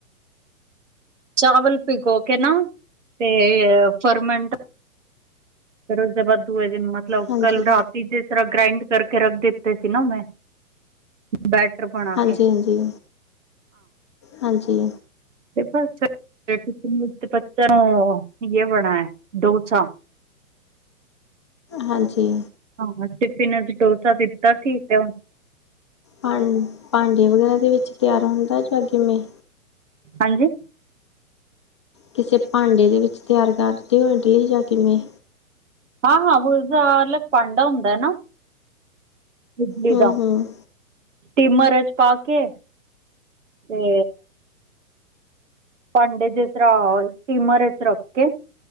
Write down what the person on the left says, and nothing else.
ਹਾਂਜੀ
ਹਾਂਜੀ-
ਹਾਂਜੀ- ਹਾਂਜੀ
ਹਾਂਜੀ
ਹਾਂ ਭਾਂਡੇ ਵਗੈਰਾ ਦੇ ਵਿੱਚ ਤਿਆਰ ਹੁੰਦਾ ਜਾਂ ਕਿਵੇਂ?
ਕਿਸੇ ਭਾਂਡੇ ਦੇ ਵਿੱਚ ਤਿਆਰ ਕਰਦੇ ਹੋਏ ਡੀ ਜਾਂ ਕਿਵੇਂ?
ਹੂੰ
ਹੂੰ